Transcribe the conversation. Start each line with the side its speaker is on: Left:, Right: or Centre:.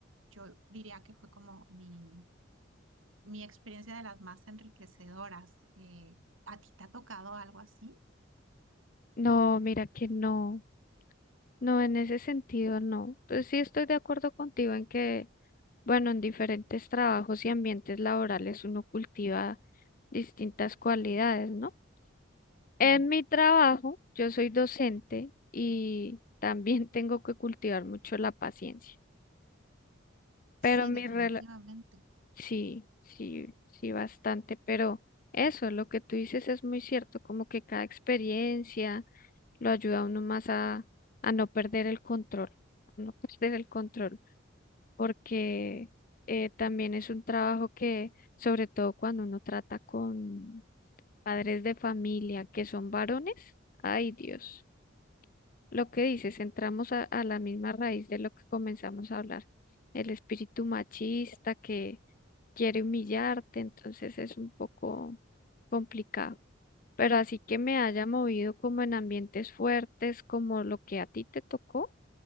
Right: Yo diría que fue como mi, mi experiencia de las más enriquecedoras. Eh, ¿a ti te ha tocado algo así?
Left: No, mira que no. No, en ese sentido no. Pues sí estoy de acuerdo contigo en que, bueno, en diferentes trabajos y ambientes laborales uno cultiva distintas cualidades, ¿no? En
Right: Mm,
Left: mi trabajo, yo soy docente y también <laughs> tengo que cultivar mucho la paciencia,
Right: sí,
Left: pero mi,
Right: definitivamente.
Left: rela- Sí, sí, sí, bastante, pero eso, lo que tú dices es muy cierto, como que cada experiencia lo ayuda a uno más a, a no perder el control, a no perder el control, porque eh, también es un trabajo que, sobre todo cuando uno trata con padres de familia que son varones, ay Dios. Lo que dices, entramos a, a la misma raíz de lo que comenzamos a hablar, el espíritu machista que quiere humillarte, entonces es un poco complicado. Pero así que me haya movido como en ambientes fuertes, como lo que a ti te tocó,